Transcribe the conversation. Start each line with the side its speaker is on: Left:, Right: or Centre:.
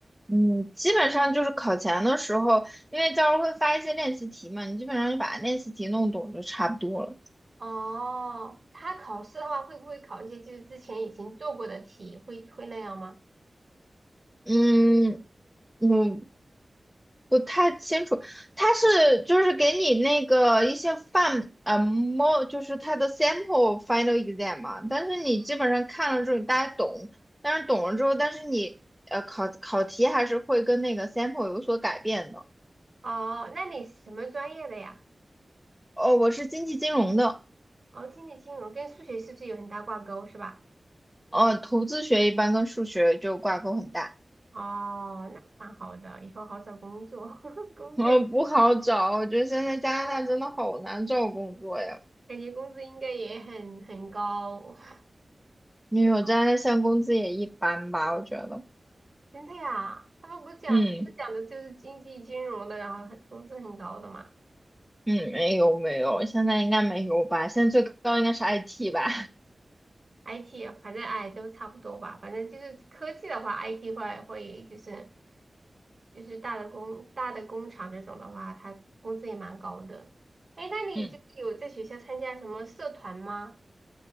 Centre: 嗯，基本上就是考前的时候，因为教授会发一些练习题嘛，你基本上就把练习题弄懂就差不多了。
Right: 哦，他考试的话会不会考一些就是之前已经做过的题，会会那样吗？
Centre: 嗯，嗯，不太清楚，他是就是给你那个一些范呃 mo 就是他的 sample final exam 嘛，但是你基本上看了之后你大家懂，但是懂了之后，但是你呃考考题还是会跟那个 sample 有所改变的。
Right: 哦，那你是什么专业的呀？
Centre: 哦，我是经济金融的，
Right: 哦，经济金融跟数学是不是有很大挂钩，是吧？
Centre: 呃，投资学一般跟数学就挂钩很大，
Right: 哦，那蛮好的，以后好找工作，<laughs> 工作也
Centre: 呃，不好找，我觉得现在加拿大真的好难找工作呀，
Right: 感觉工资应该也很很高。<laughs>
Centre: 因为我加拿大现在工资也一般吧，
Right: 对啊
Centre: 我觉得，
Right: 真的呀，他们不是讲不是讲的就是经济金融的，
Centre: 嗯。
Right: 然后很工资很高的嘛。
Centre: 嗯，没有没有，现在应该没有吧？现在最高应该是 IT 吧？
Right: IT 啊反正哎都差不多吧，反正就是科技的话，IT 会会就是就是大的工大的工厂这种的话，它工资也蛮高的。哎，那你就是有在学校参加什么社团吗？
Centre: <laughs> 嗯，